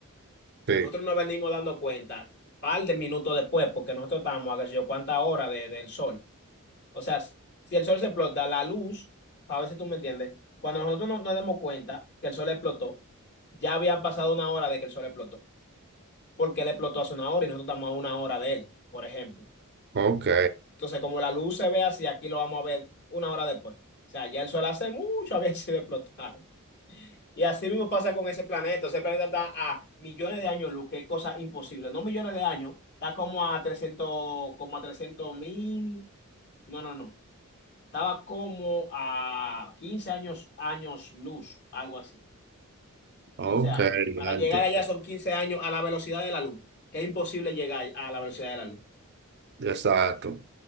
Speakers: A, on the right (about 50°); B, on the left (about 55°).
A: Sí.
B: nosotros nos venimos dando cuenta par de minutos después, porque nosotros estamos a qué sé yo cuántas horas de- del Sol. O sea, si el Sol se explota, la luz, a ver si tú me entiendes, cuando nosotros no- nos demos cuenta que el Sol explotó, ya había pasado una hora de que el Sol explotó, porque él explotó hace una hora y nosotros estamos a una hora de él, por ejemplo.
A: Ok.
B: Entonces, como la luz se ve así, aquí lo vamos a ver una hora después. O sea, ya el sol hace mucho había <laughs> sido explotado. Y así mismo pasa con ese planeta. Ese planeta está a millones de años luz, que es cosa imposible. No millones de años, está como a trescientos como a trescientos mil. No, no, no. Estaba como a 15 años, años luz, algo así.
A: Ok,
B: quince años. Para
A: ya
B: llegar
A: entiendo.
B: allá son 15 años a la velocidad de la luz, que es imposible llegar a la velocidad de la luz.
A: Exacto.